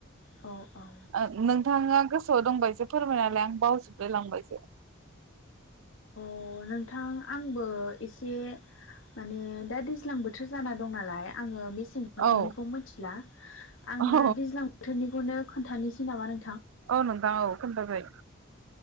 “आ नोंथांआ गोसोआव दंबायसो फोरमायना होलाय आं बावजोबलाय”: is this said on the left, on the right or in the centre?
Right